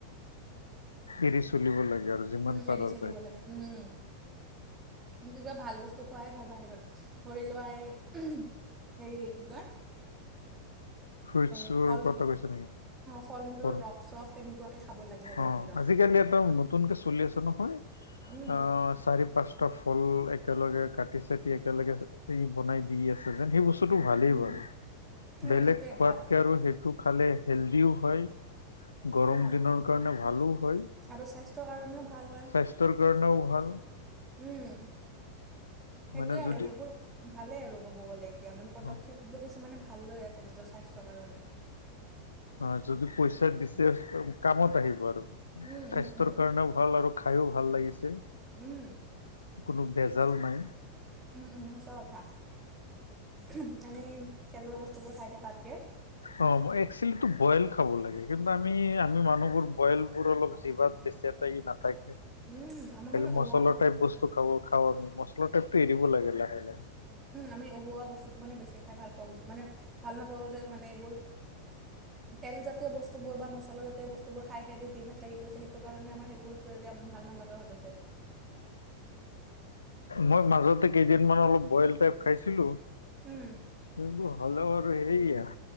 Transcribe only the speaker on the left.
এৰি চলিব লাগে আৰু। যিমান
পাৰা
যায়।
ফ্ৰুইটছৰ
কথা কৈছা নেকি?
ফল
অ'
আজিকালি একদম নতুনকে চলি আছে নহয়,
আ চাৰি-পাঁচ ত' ফল-মূল একেলগে কাটি চাটি একেলগে, ই বনাই দি আছে যে, সেই ব টো ভালেই
বাৰু,
বেলেগ
খোৱাতকে
আৰু সেইটো খালে হেল্ডিও হয়, গৰম
দিনৰ কাৰণে ভালো হয়।
স্বাস্থ্যৰ কাৰণেও ভাল
মানে যদি
অ
অ' যদি পইচা দিছে, কামত আহিব আৰু।
স্বাস্থ্যৰ
কাৰণেও ভাল আৰু খাইয়ো ভাল লাগিছে।
কোনো বেজাল
নাই।
অ' একচুৱেলিটো বইল খাব লাগে, কিন্তু আমি, আমি মানুহবোৰ বইলবোৰ অলপ জিভাত বে নাথাকে,
খালি
মছলা টাইপ ব টো খাব খাওঁ আমি, মছলা টাইপটো এৰিব লাগে লাহে, লাহে।
মই মাজতে কেইদিনমান অলপ বইল টাইপ খাইছিলো।
কিন্তু হ'লেও আৰু সেইয়া